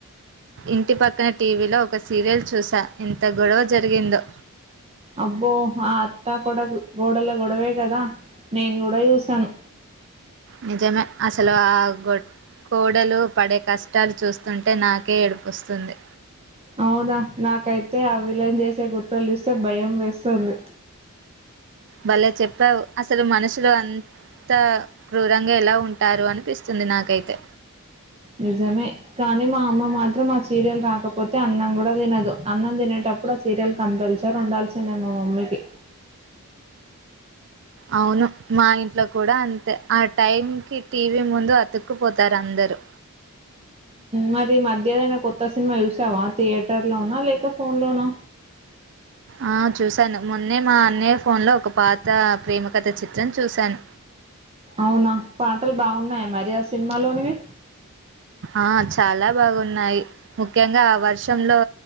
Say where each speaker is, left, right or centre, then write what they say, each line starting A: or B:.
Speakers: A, on the right; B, on the right.
A: ఇంటి పక్కన టీవీలో ఒక సీరియల్ చూసా ఎంత గొడవ జరిగిందో
B: అబ్బో ఆ అత్తా కోడలు గోడల గొడవే కదా నేను కూడ చూసను
A: నిజమే అసలు ఆ గొ కోడలు పడే కష్టాలు చూస్తుంటే నాకే ఏడుపొస్తుంది
B: అవునా నాకైతే ఆ విలన్ చేసే కుట్రలు చూస్తే భయం వేస్తుంది
A: భలే చెప్పావు అసలు మనుషులు అంత క్రూరంగా ఎలా ఉంటారు అనిపిస్తుంది నాకైతే
B: నిజమే కానీ మా అమ్మ మాత్రం ఆ సీరియల్ రాకపోతే అన్నం గుడా తినదు అన్నం తినేటప్పుడు ఆ సీరియల్ కంపల్సరీ ఉండాల్సిందే మా మమ్మీకి
A: అవును మా ఇంట్లో కూడా అంతే ఆ టైంకి టీవీ ముందు అతుక్కుపోతారు అందరూ
B: మరి మధ్య ఏదైనా కొత్త సినిమా చూసావా థియేటర్ లోన లేక ఫోన్లోనా
A: ఆ చూశాను మొన్నే మా అన్నయ్య ఫోన్లో ఒక పాత ప్రేమకథ చిత్రం చూశాను
B: అవున పాటలు బాగున్నాయా మరి ఆ సినిమాలోనివి
A: ఆ చాలా బాగున్నాయి ముఖ్యంగా వర్షంలో